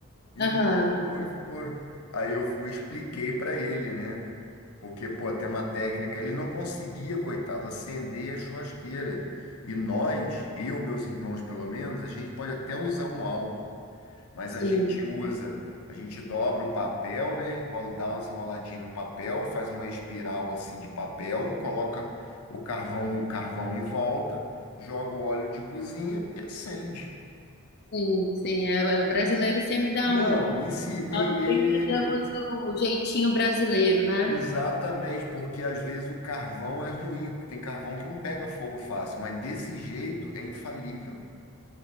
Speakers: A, on the left; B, on the left.
A: Ele,
B: Aham,
A: por favor. Aí eu fui, expliquei para ele, né? Porque, pô, tem uma técnica. Ele não conseguia, coitado, acender a churrasqueira. E nós, eu, meus irmãos, pelo menos, a gente pode até usar um álcool. Mas
B: sim,
A: a gente usa, a gente dobra o papel, né? Enrola, dá umas enroladinhas no papel, faz uma espiral assim de papel, coloca o carvão, o carvão em volta, joga o óleo de cozinha e acende.
B: sim, sim. É, é, o brasileiro sempre dá
A: Não,
B: um.
A: me ensinei
B: Nós
A: e-
B: sempre damos o jeitinho brasileiro, né?
A: e- exatamente, porque às vezes o carvão é ruim, tem carvão que não pega fogo fácil, mas desse jeito é infalível.